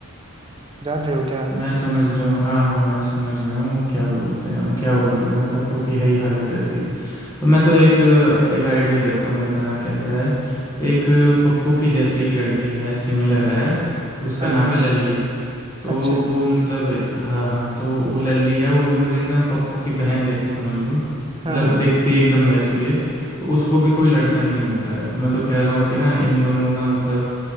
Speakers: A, on the right; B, on the left.
A: जान रहे हो क्या
B: मैं समझ रहा हूँ हाँ हाँ मैं समझ रहा हूँ क्या बोलते हैं क्या बोलते होंगे पप्पू की है ही हालत ऐसी तो मैं तो एक एक आइडिया देता हूँ बताना कैसा है एक पप्पू की जैसी एक लड़की है सिमिलर है उसका
A: हाँ
B: नाम
A: हाँ
B: है लल्ली तो
A: अच्छा
B: वो मतलब हाँ हाँ तो वो लल्ली है वो भी मतलब एकदम पप्पू की बहन जैसी समझ लो मतलब
A: हाँ हाँ
B: दिखती एकदम वैसी है तो उसको भी कोई लड़का नहीं मिल रहा है तो मैं तो कह रहा हूँ कि ना इन दोनों का मतलब